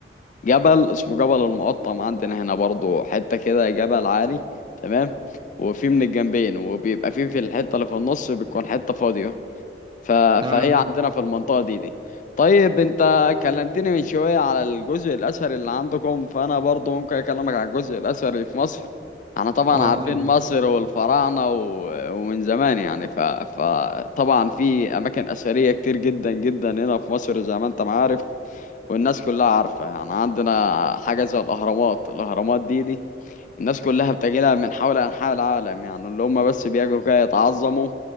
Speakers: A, on the left; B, on the right.
A: جبل اسمه جبل المقطم عندنا هنا برضو حتة كده جبل عالي تمام وفي من الجنبين وبيبقى في في الحتة اللي في النص بتكون حتة فاضية ف...
B: تمام
A: فهي عندنا في المنطقة دي دي طيب انت كلمتني من شوية على الجزء الأثري اللي عندكم فأنا برضو ممكن أكلمك على الجزء الأثري في مصر احنا طبعا
B: اه
A: عارفين
B: قول لي
A: مصر والفراعنة و... ومن زمان يعني ف... فطبعا في أماكن أثرية كتير جدا جدا هنا في مصر زي ما انت ما عارف والناس كلها عارفة يعني عندنا حاجة زي الأهرامات الأهرامات دي دي الناس كلها بتجيلها من حول أنحاء العالم يعني اللي هم بس بيجوا كده يتعظموا